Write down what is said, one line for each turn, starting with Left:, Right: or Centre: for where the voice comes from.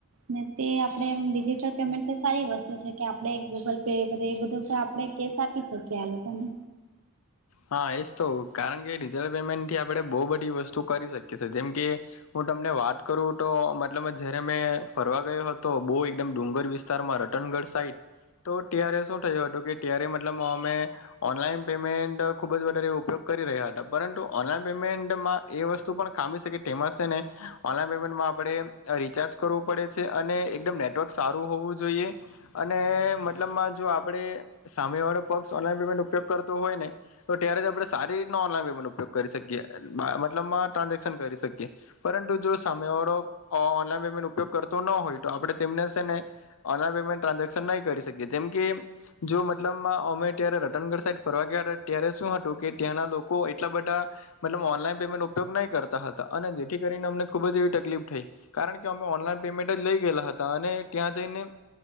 Right: ને તે આપણેે એમ ડિજિટલ પેમેન્ટ સારી વસ્તુ છે. કે આપડે ગૂગલ પે એ બધું આપણેે કેસ આપી શકીએ આ લોકોને
Left: હા એજ તો કારણ કે ડિજિટલ પેમેન્ટ થી આપણે બહુ બધી વસ્તુ કરી શકીએ છીએ, જેમ કે હું તમને વાત કરું તો મતલબ જયારે મેં ફરવા ગયો હતો બહુ એકદમ ડુંગર વિસ્ત વિતાર માં રટનગઢ સાઈટ તો ટીઆરએ શું થયું હતુ, કે ટીઆરએ મતલબ અમે ઓનલાઈન પેમેન્ટ ખૂબ જ વધારે ઉપયોગ કરી રહ્યા હતા પરંતુ ઓનલાઈન પેમેન્ટમાં એ વસ્તુ પણ ખામી શકે તેમાં છેને. ઓનલાઈન પેમેન્ટમાં આપણે રિચાર્જ કરવું પડે છે, અને એકદમ નેટવર્ક સારું હોવુ જોઈએ. અને મતલબમાં જો આપડે સામે વાળો પક્ષ ઓનલાઈન પેમેન્ટ ઉપયોગ કરતો હોય, ને તો ત્યારેથી આપણે સારી રીતના ઓનલાઈન પેમેન્ટ ઉપયોગ કરી શકીએ મતલબમાં ટ્રાન્ઝેક્શન કરી શકીએ. પરંતુ જો સામે વાળો ઓનલાઈન પેમેન્ટ ઉપયોગ કરતો ન હોય, તો આપણે તેમને છેને. ઓનલાઈન પેમેન્ટ ટ્રાન્ઝેક્શન નહી, કરી શકીએ તેમમ કે જો મતલબ અમે ત્યારે રતનગઢ સાઈડ ફરવા ગયા હતા. ત્યારે શું હતુ, કે ત્યાંના લોકો એટલા બધા મતલબ ઓનલાઈન પેમેન્ટ ઉપયોગ નહી કરતા હતા, અને જેથી કરીને અમને ખુબ જ એવી તકલીફ થઈ. કારણ કે અમે ઓનલાઈન પેમેન્ટ જ લઇ ગયેલા હતા, અને ત્યાં જઈને